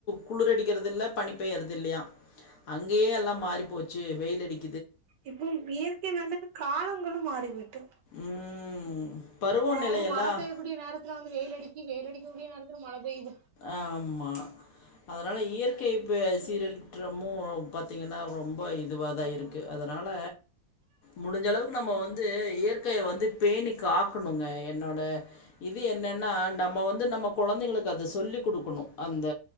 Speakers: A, on the left; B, on the right.
A: குளிரடிக்கிறதில்ல பனி பெயறதில்லையா அங்கயே எல்லா மாறி போச்சு வெயிலடிக்
B: இப்போ இயற்கை வந்துட்டு காலங்களும் மாறிவிட்டு
A: ம். பருவநிலையெல்லாம்
B: அதாவது மழ பெய்யக்கூடிய நேரத்துல வந்து வெய்ல் அடிக்கு வெயில் அடிக்கூடிய நேரத்துல மழ பெய்யுது
A: ஆம்மா அதனால இயற்கை பே சீரலிற்றமு பாத்தீங்கன்னா ரொம்ப இதுவா தா இருக்கு அத அதனால முடிஞ்ச அளவுக்கு நம்ம வந்து இயற்கைய வந்து பேணி காக்கணுங்க என்னோட இது என்னன்னா நம்ம வந்து நம்ம கொழந்தைகளுக்கு அது சொ சொல்லி் குடுக்கணு அந்த